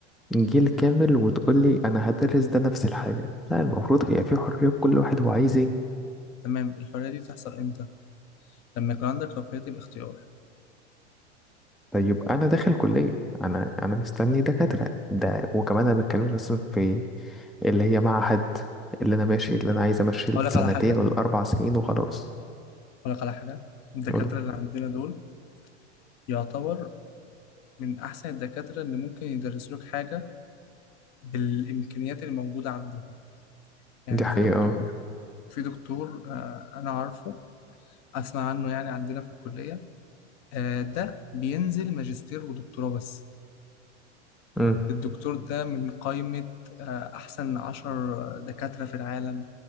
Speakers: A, in the centre; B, on the left.
A: جيل كامل وتقول لي أنا هدرس ده نفس الحاجة لا المفروض هي في حرية كل واحد هو عايز إيه
B: تمام الحريه دي تحصل امتى لما يكون عندك رفاهيه الاختيار
A: طيب أنا داخل كلية أنا أنا مستني دكاترة ده وكمان أنا بتكلمش أصلا في اللي هي معهد اللي أنا ماشي اللي أنا عايز أمشي السنتين
B: اقول لك على حاجه
A: ولا الأربع سنين وخلاص
B: اقول لك على حاجه الدكاتره
A: قول لي
B: اللي عندنا دول يعتبر من احسن الدكاتره اللي ممكن يدرسوا لك حاجه بالامكانيات اللي موجوده عندهم يعني
A: دي حقيقة
B: في دكتور
A: اه
B: في دكتور آه، انا عارفه اسمع عنه يعني عندنا في الكلية آه، ده بينزل ماجستير ودكتوراه بس
A: أمم.
B: الدكتور ده من قائمة آه، احسن عشر دكاترة في العالم